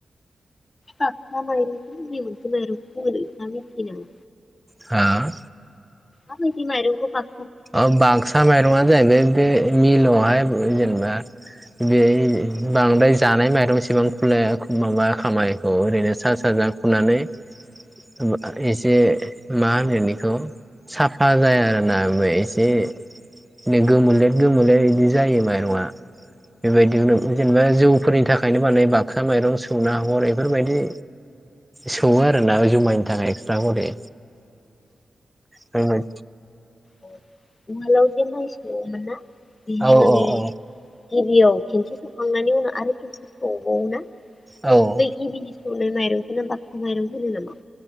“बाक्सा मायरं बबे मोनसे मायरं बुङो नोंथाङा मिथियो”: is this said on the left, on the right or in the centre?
Left